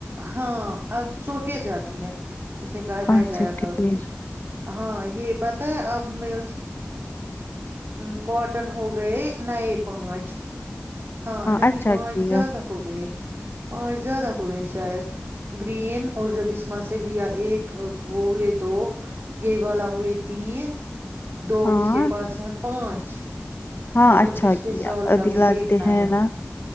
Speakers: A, on the right; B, on the left.
A: ہاں اب صوفیہ جاتی ہے اس نے کہا
B: اچھا
A: میں جایا
B: ٹھیک
A: کروں گی ہاں یہ پتا ہے اب مھے ہ کاٹن ہو گئے نئے پانچ ہاں نہیں
B: اچھا
A: پانچ
B: کیا
A: زیادہ ہو گئے پانچ زیادہ ہو گئے شاید گرین اور جو بسما سے لیا ایک وہ ہوئے دو یہ والا ای تین <unintelligible> دو
B: ہاں
A: اس کے پاس پانچ <unintelligible>
B: ہاں
A: اور
B: اچھا
A: پچھلے
B: کیا
A: سال
B: ابھی
A: کا بھی
B: لگتے
A: ایک نیا
B: ہیں
A: ہے
B: نا